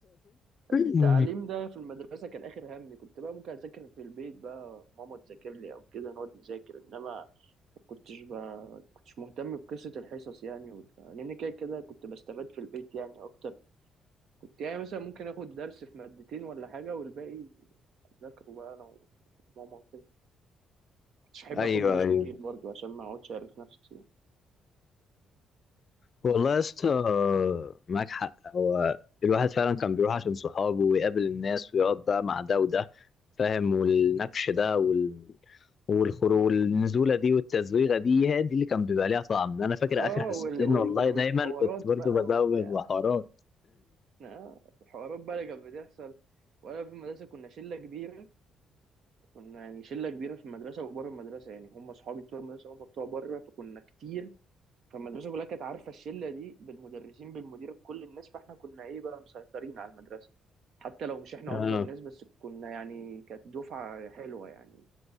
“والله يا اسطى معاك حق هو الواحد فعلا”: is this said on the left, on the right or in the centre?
Left